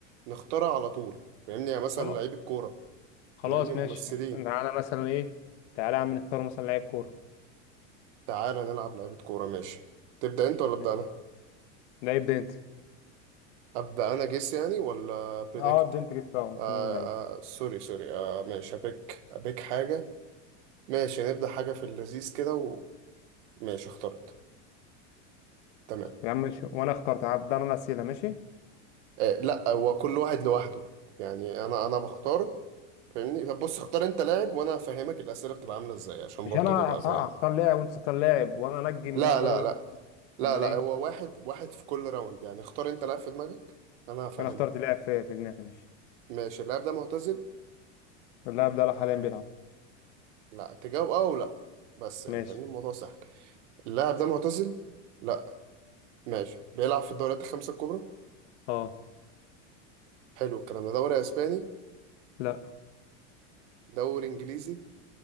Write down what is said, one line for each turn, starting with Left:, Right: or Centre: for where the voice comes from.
Right: نختارها على طول فاهمني يعني مثلا
Left: خلاص
Right: لعيب الكورة
Left: خلاص
Right: فاهمني ممثلين
Left: ماشي انا مثلا ايه تعالى يا عم نختار مثلا لعيب كوره
Right: تعالى نلعب لعيبة كورة ماشي تبدأ أنت ولا أبدأ
Left: ماشي.
Right: أنا؟
Left: ده يبدا انت
Right: أبدأ أنا جيس يعني ولا بريدكت؟
Left: اه ابدا انت كده فاهم
Right: آه
Left: مين اللعيب
Right: آه سوري سوري آه ماشي أبيك أبيك حاجة ماشي نبدأ حاجة في اللذيذ كده وماشي اخترت تمام
Left: يا عم شو. وانا اخترت هبدا انا الاسئله ماشي
Right: آه، لا هو كل واحد لوحده يعني انا انا بختار فاهمني طب بص اختار انت لاعب وانا هفهمك الاسئله بتبقى عامله ازاي عشان
Left: مش
Right: برضه
Left: انا هخ-
Right: تبقى فاهم
Left: هختار لاعب وانت تختار لاعب وانا انجم
Right: لا
Left: افضل
Right: لا
Left: اقول لك
Right: لا لا
Left: امال
Right: لا
Left: ايه
Right: هو واحد واحد في كل راوند يعني اختار انت لاعب في دماغك انا هفهمك
Left: انا اخترت لاعب في, في دماغي ماشي
Right: ماشي اللاعب ده معتزل
Left: اللاعب ده حاليا بيلعب
Right: لا تجاوب اه ولا بس يعني
Left: ماشي
Right: فاهمني الموضوع سهل اللاعب ده معتزل لا ماشي بيلعب في الدوريات الخمسه الكبرى
Left: اه
Right: حلو الكلام ده دوري اسباني
Left: لا
Right: دوري انجليزي